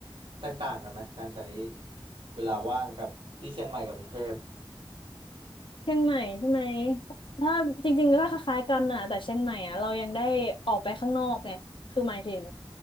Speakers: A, on the right; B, on the left.
A: แตกต่างกันไหมการใช้เวลาว่างกับที่เชียงใหม่กับกรุงเทพ
B: เชียงใหม่ใช่ไหมถ้าจริงๆก็คล้ายๆกันน่ะแต่เชียงใหม่อ่ะเรายังได้ออกไปข้างนอกไงคือหมายถึง